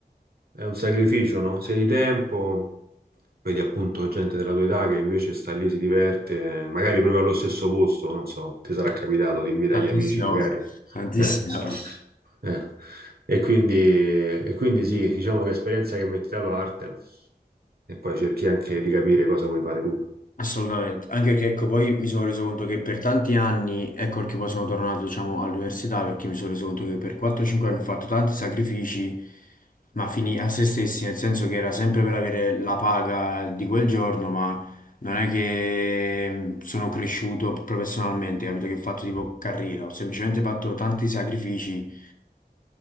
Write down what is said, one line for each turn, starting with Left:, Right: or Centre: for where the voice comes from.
Right: È un sacrificio, no? Sia di tempo, vedi appunto gente della tua età che invece sta lì, si diverte, eh, magari proprio allo stesso posto, non so, ti sarà capitato, ti invita
Left: Tantissime
Right: gli amici, magari.
Left: volte, tantissime
Right: Eh,
Left: volte.
Right: eh. E quindi, e quindi sì, diciamo che è esperienza che metti da parte e poi cerchi anche di capire cosa vuoi fare tu.
Left: Assolutamente, anche perché ecco, poi mi sono reso conto che per tanti anni, ecco perché poi sono tornato, diciamo, all'università, perché mi sono reso conto che per 4-5 anni ho fatto tanti sacrifici, ma fini a se stessi, nel senso che era sempre per avere la paga di quel giorno, ma non è che mm, sono cresciuto professionalmente, capito che ho fatto tipo carriera, ho semplicemente fatto tanti sacrifici